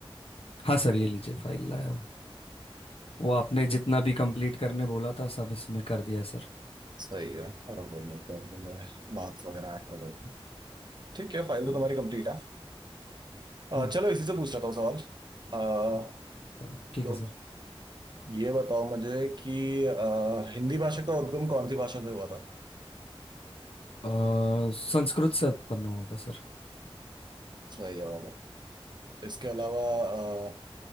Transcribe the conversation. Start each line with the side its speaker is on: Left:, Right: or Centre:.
Left: हाँ सर ये लीजिए फाइल लाया हूँ वो आपने जितना भी कंप्लीट करने बोला था सब इसमें कर दिया है सर
Right: सही है चलो भाई एक बार के लिए मार्क्स वगैरह ऐड कर देते हैं ठीक है फाइल
Left: हम्म
Right: तो तुम्हारी कंप्लीट है अ,
Left: हम्म,
Right: चलो इसी से पूछ लेता हूँ सवाल अ,
Left: अ, ठीक
Right: तो
Left: है सर
Right: ये बताओ मुझे कि अ, हिंदी भाषा का उद्गम कौन सी भाषा से हुआ था
Left: अ, संस्कृत से उत्पन्न हुआ था सर
Right: सही जवाब है इसके अलावा अ,